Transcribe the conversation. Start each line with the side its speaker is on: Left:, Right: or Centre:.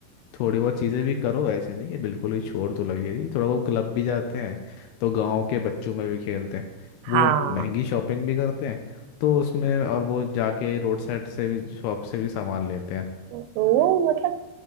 Left: थोड़ी बहुत चीज़ें भी करो ऐसे नहीं कि बिल्कुल ही छोड़ तो लगी रही थोड़ा बहुत क्लब भी जाते हैं तो गांव के बच्चों में भी खेलते हैं वो
Right: हाँ
Left: महंगी शॉपिंग भी करते हैं तो उसमें और वो जाके रोड साइड से भी शॉप से भी सामान लेते हैं
Right: तो वो मतलब